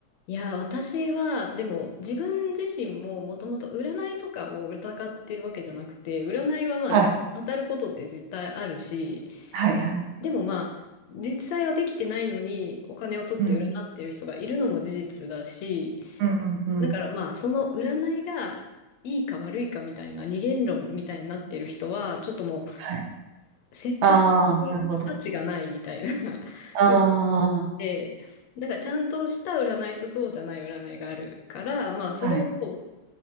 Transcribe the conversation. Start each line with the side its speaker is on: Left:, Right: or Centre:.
Left: いや、私は、でも、自分自身ももともと占いとかを疑ってるわけじゃなくて、占いはまあ、
Right: はい。
Left: 絶当たることって絶対あるし、
Right: はい、はい。
Left: でもまあ、実際はできてないのに、お金を取って占ってる人がいるのも事実だし、
Right: うん、うん、うん。うん
Left: だからまあ、その占いがいいか悪いかみたいな二元論みたいになってる人は、ちょっとも
Right: はい。
Left: う、説得する価値がないみたいな
Right: ああ、なるほど。
Left: <laughs>
Right: あ
Left: 風で、なんかちゃんとした占いとそうじゃない占いがあるから、まあそれを
Right: あはい。